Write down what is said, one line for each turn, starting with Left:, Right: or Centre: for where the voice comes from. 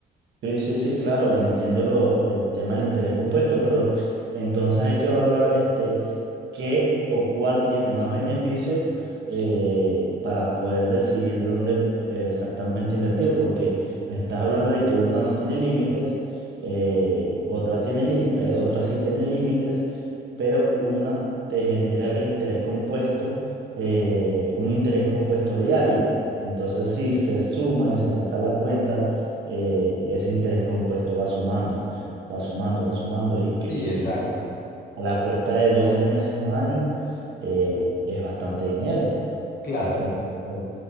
Right: Sí, sí, sí, claro, entiendo lo, el tema del interés compuesto, pero entonces hay que evaluar este, qué o cuál tiene más beneficios eh, para poder decidir dónde eh, exactamente invertir, porque me estás hablando de que una no tiene límites, eh, otra tiene, lim- eh, otra sí tiene límites, pero una te genera el interés compuesto, eh, un interés compuesto diario. Entonces, si se suma y se saca la cuenta eh, ese interés compuesto va sumando, va sumando, va sumando y, que,
Left: Sí,
Right: y
Left: exacto.
Right: a la cuesta de 12 meses, un año, eh, es bastante dinero,
Left: Claro.
Right: es bastante dinero.